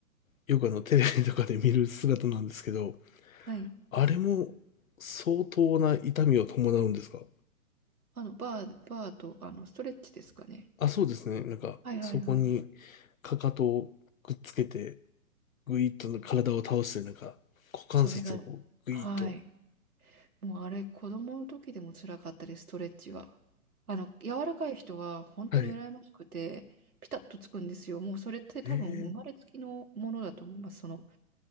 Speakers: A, on the left; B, on the right.
A: よくあのテレビとかで見る姿なんですけど、
B: はい。
A: あれも相当な痛みを伴うんですか
B: あの、バー、バーと、あの、ストレッチですかね。
A: あ、そうですね。なんか、
B: はいはいはい。
A: そこに、かかとをくっつけて、ぐいっと体を倒して、なんか、股関節をこう、
B: それが、
A: ぐいっと。
B: はい。もうあれ、子供の時でも辛かったです、ストレッチは。あの、柔らかい人は本当に羨ましくて、
A: はい。
B: ピタッとつくんですよ。もうそれって多分生まれつきのものだと思います。
A: ええ
B: その、